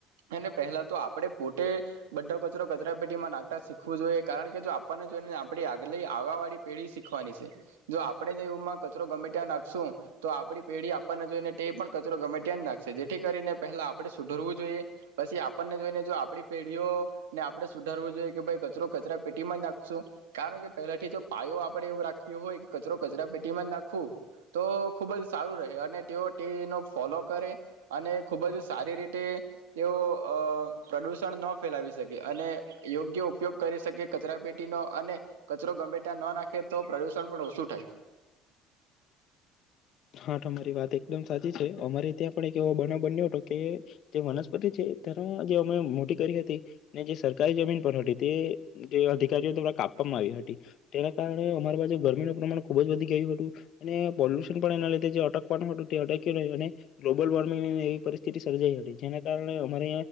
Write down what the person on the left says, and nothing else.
હા, તમારી વાત એકદમ સાચી છે. અમારે ત્યાં પણ એક એવો બનાવ બન્યો હતો, કે તે વનસ્પતિ છે તેના જે અમે મોટી કરી હતી, ને જે સરકારી જમીન પર હટી તે જે અધિકારીઓ દ્વારા કાપવામાં આવી હટી. તેના કારણે અમાર બાજુ ગરમીનું પ્રમાણ ખુબ જ વધી ગયું હતું. અને પોલ્યુશન પણ એના લીધે જે અટકવાનું હતું તે અટેકી રેહે અને ગ્લોબલ વોર્મિંગ ને એવી પરિસ્થિતિ સર્જાઈ હતી. જેના કારણે અમારે